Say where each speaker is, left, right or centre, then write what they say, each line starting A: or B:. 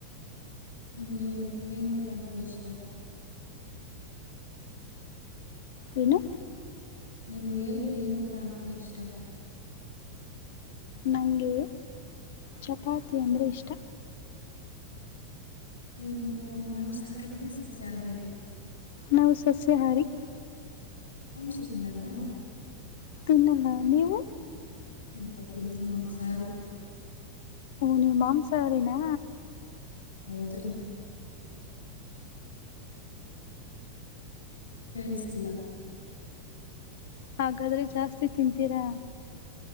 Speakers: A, on the left; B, on the left.
A: ನಿಮ್ಗೆ ಏನುಟ ಅಂದ್ರೆ ಇಷ್ಟ
B: ಏನು
A: ನಿಮ್ಗೆ ಏನ್ ಊಟ ಅಂದ್ರೆ ಇಷ್ಟ
B: ನನಗೆ ಚಪಾತಿ ಅಂದರೆ ಇಷ್ಟ
A: ಹ್ಮ್ ಹ್ಮ ಮಾಂಸಹಾರಿಣ ಸಸ್ಯಾಹಾರಿಣ
B: ನಾವು ಸಸ್ಯಹಾರಿ
A: ಅಂಸ ತಿನಲ್ವಾ
B: ಇನ್ನಲ್ಲ ನೀವು
A: ಹ ಆ್ತಂತಮ್ಮ್ ಸಾರಿ
B: ನೀ ಮಾಂಸಾವರೇನಾ
A: ಹೌದ್ರೀ ಕೇಳಿಸ್ತಿಲ್ಲ
B: ಹಾಗಾದ್ರೆ ಜಾಸ್ತಿ ತಿಂತೀರಾ